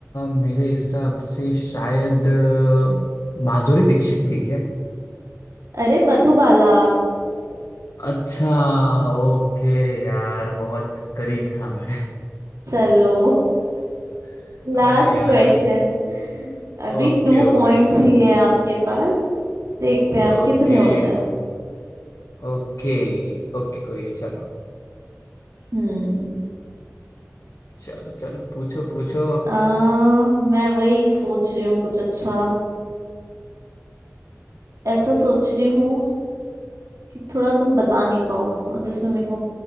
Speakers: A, on the left; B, on the right.
A: मेरे हिसाब से शायद अ, माधुरी दीक्षित थी
B: अरे मधुबाला
A: अच्छा ओके यार बहुत करीब था मैं
B: चलो
A: <laughs> अरे
B: लास्ट
A: यार
B: क्वेश्चन अभी
A: Okay
B: टू
A: okay
B: पॉइंट्स ही है आपके पास देखते हैं आप
A: okay
B: कितने होते हैं
A: okay okay कोई नहीं चलो
B: हम्म
A: चलो चलो पूछो पूछो
B: आ, मैं वही सोच रही हूँ कुछ अच्छा ऐसा सोच रही हूँ कि थोड़ा तुम बता नहीं पाओ और जिसमें मेरे को